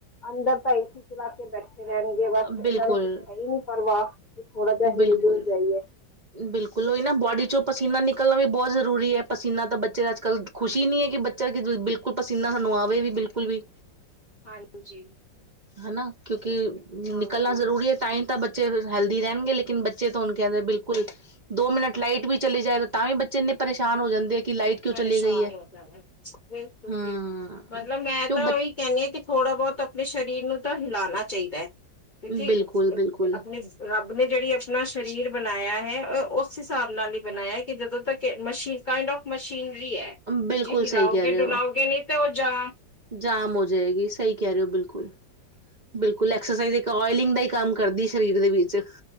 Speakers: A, on the left; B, on the right.
A: ਅੰਦਰ ਤਾਂ ਏਸੀ ਚਲਾ ਕੇ ਬੈਠੇ। ਬੈਠੇ ਰਹਿਣਗੇ ਬਸ,
B: ਬਿਲਕੁਲ
A: ਇਹਨਾਂ ਨੂੰ ਕੁਛ ਹੈ ਹੀ ਨੀ ਪਰਵਾਹ। ਕਿ ਥੋੜਾ ਜਿਹਾ
B: ਬਿਲਕੁਲ
A: ਹਿਲ ਡੁਲ ਜਾਈਏ
B: -ਬਿਲਕੁਲ, ਉਹ ਨਾ ਬੋਡੀ 'ਚੋਂ। ਪਸੀਨਾ ਨਿਕਲਣਾ ਵੀ ਬਹੁਤ ਜ਼ਰੂਰੀ ਹੈ, ਪਸੀਨਾ ਤਾਂ ਬੱਚੇ ਅੱਜ ਕੱਲ੍ਹ ਖੁਸ਼ੀ ਨਹੀਂ ਹੈ, ਕਿ ਬੱਚਾ ਬਿਲਕੁਲ ਪਸੀਨਾ ਸਾਨੂੰ। ਆਵੇ ਵੀ ਬਿਲਕੁਲ ਵੀ।
A: ਹਾਂਜੀ।
B: ਹਨਾ ਕਿਉਂਕਿ ਨਿਕਲਣਾ
A: ਹਾਂਜੀ
B: ਜ਼ਰੂਰੀ ਹੈ ਤਾਂਈ ਤਾਂ ਬੱਚੇ। ਹੈਲਦੀ ਰਹਿਣਗੇ, ਲੇਕਿਨ ਬੱਚੇ ਤਾਂ ਹੁਣ ਕਹਿੰਦੇ ਬਿਲਕੁਲ ਦੋ ਮਿੰਟ ਲਾਈਟ ਵੀ ਚਲੇ ਜਾਏ ਤਾਂਵੀ ਬੱਚੇ ਇੰਨੇ। ਪਰੇਸ਼ਾਨ ਹੋ ਜਾਂਦੇ ਹੈ ਕਿ। ਲਾਈਟ ਕਿਉਂ
A: ਪਰੇਸ਼ਾਨ
B: ਚਲੀ ਗਈ ਹੈ
A: ਹੋ ਜਾਂਦੇ ਹੈ, ਬੱਚੇ ਬਿਲਕੁਲ
B: ਹਮ
A: ਜੀ। ਮਤਲਬ ਮੈਂ
B: ਕਿਉਂ
A: ਤਾਂ
B: ਬ
A: ਉਹੀ ਕਹਿੰਦੀ ਹਾਂ, ਕਿ ਥੋੜ੍ਹਾ ਬਹੁਤ ਆਪਣੇ ਸਰੀਰ ਨੂੰ ਤਾਂ ਹਿਲਾਉਣਾ ਚਾਹੀਦਾ ਹੈ। ਕਿਉਂਕਿ
B: ਬਿਲਕੁਲ
A: ਅਹ
B: ਬਿਲਕੁਲ
A: ਆਪਣੇ ਆਪਣੇ। ਆਪਣੇ ਜਿਹੜੀ ਆਪਣਾ ਸਰੀਰ ਬਣਾਇਆ ਹੈ ਉਸ ਹਿਸਾਬ ਨਾਲ ਹੀ ਬਣਾਇਆ ਕਿ ਜਦੋਂ ਤੱਕ ਮਸ਼ੀਨ ਕਾਇੰਡ ਔਫ। ਸੀਨਰੀ ਹੈ
B: ਬਿਲਕੁਲ
A: ਜੇ ਹਿਲਾਓਗੇ
B: ਸਹੀ ਕਹਿ ਰਹੇ
A: ਡੁਲਾਓਗੇ
B: ਹੋ
A: ਨਹੀਂ ਤੇ ਉਹ ਜਾ।
B: ਜਾਮ ਹੋ ਜਾਏਗੀ ਸਹੀ ਕਹਿ ਰਹੇ ਹੋ ਬਿਲਕੁਲ ਬਿਲਕੁਲ ਐਕਸਰਸਾਈਜ਼ ਇੱਕ ਇਲਿੰਗ ਦਾ ਹੀ ਕੰਮ। ਕਰਦੀ ਸਰੀਰ ਦੇ ਵਿੱਚ।